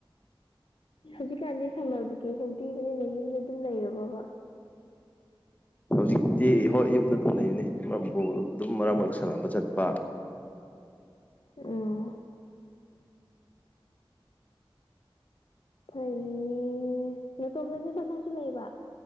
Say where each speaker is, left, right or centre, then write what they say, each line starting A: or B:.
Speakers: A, on the left; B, on the left.
A: ꯍꯧꯖꯤꯛꯀꯥꯟꯗꯤ ꯁꯝꯃꯔ ꯚꯦꯀꯦꯁꯟ ꯄꯤꯕꯅꯤꯅ ꯌꯨꯝꯗ ꯑꯗꯨꯝ ꯂꯩꯔꯕꯕ
B: ꯍꯧꯖꯤꯛꯇꯤ ꯍꯣꯏ ꯌꯨꯝꯗ ꯑꯗꯨꯝ ꯂꯩꯔꯤꯅꯦ ꯃꯔ ꯕꯣꯜ ꯑꯗꯨꯝ ꯃꯔꯛ ꯃꯔꯛ ꯁꯥꯟꯅꯕ ꯆꯠꯄ
A: ꯑ ꯐꯩꯌꯦ ꯅꯇꯣꯝꯅꯅꯦꯕ ꯅꯪꯁꯨ ꯂꯩꯕ